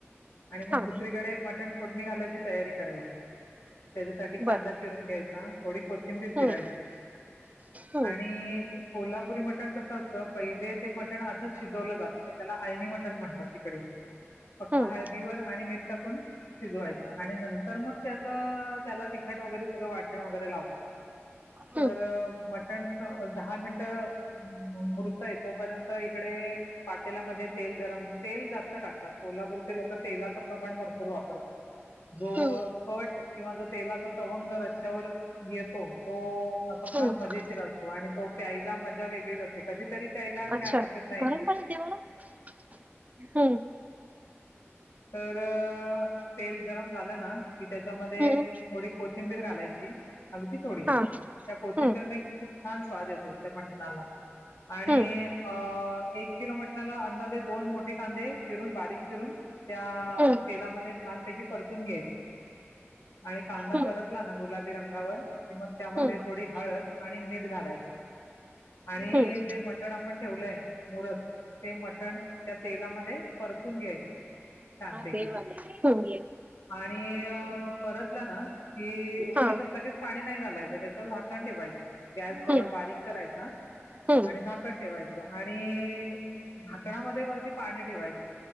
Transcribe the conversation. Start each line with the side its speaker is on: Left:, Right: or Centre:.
Left: आणि मग
Right: हा
Left: दुसरं तिकडे मटण फोडणी घालायची तयारी करायची त्याच्यासाठी कांदा
Right: बर
Left: चिरून घ्यायचा. थोडी कोथिंबीर चिरायची.
Right: हम्म हम्म
Left: आणि कोल्हापुरी मटण कसं असतं. पहिले ते मटण असंच शिजवलं जात. म्हणजे त्याला आळणी मटण म्हणतात तिकडे फक्त
Right: हम्म
Left: हळदीवर आणि मीठ टाकून. शिजवायचं आणि नंतर मग त्याच त्याला तिखट वगैरे सगळं वाटण वगैरे लावतात.
Right: हम्म
Left: तर मटण दहा मिनटं मुरतय तोपर्यंत इकडे पातेल्यामध्ये तेल गरम तेल जास्त टाकतात. कोल्हापूरचे लोक तेलाचं प्रमाण भरपूर वापरतात. जो
Right: हम्म
Left: कट किंवा जो तेलाचा तवंग रस्यांवर येतो तो असा
Right: हम्म
Left: फार मजेशीर असतो आणि तो प्यायला मजा वेगळीच असते कधीतरी प्यायला
Right: अच्छा
Left: काय हरकत नाही
Right: गरम पाणी दया. बरं हं
Left: तर तेल गरम झालं ना, की त्याच्यामध्ये
Right: हम्म
Left: थोडी कोथिंबीर घालायची. अगदी थोडी त्या
Right: हा हम्म
Left: कोथिंबीरने खूप छान स्वाद येतो. त्या मटणाला आणि
Right: हम्म
Left: अ एक किलो मटनाला अंदाजे दोन मोठे कांदे चिरून बारीक चिरून त्या
Right: हम्म
Left: तेलामध्ये छानपैकी परतून घ्यायचे. आणि कांदा
Right: हम्म
Left: परतला ना गुलाबी रंगावर कि मग त्यामध्ये
Right: हम्म
Left: थोडी हळद आणि मीठ घालायच आणि
Right: हम्म
Left: जे मटण मटण आपण ठेवलंय मुरत ते मटण त्या तेलामध्ये परतून घ्यायचं. छानपैकी
Right: हा तेेल वाले
Left: आणि परतला ना. कि
Right: हा
Left: त्याच्यात लगेच पाणी नाही घालायचं त्याच्यावर झाकण ठेवायचं. गॅस थोडा
Right: हम्म
Left: बारीक करायचा.
Right: हम्म,
Left: आणि झाकण ठेवायचं आणि झाकणामध्ये वरती पाणी ठेवायच.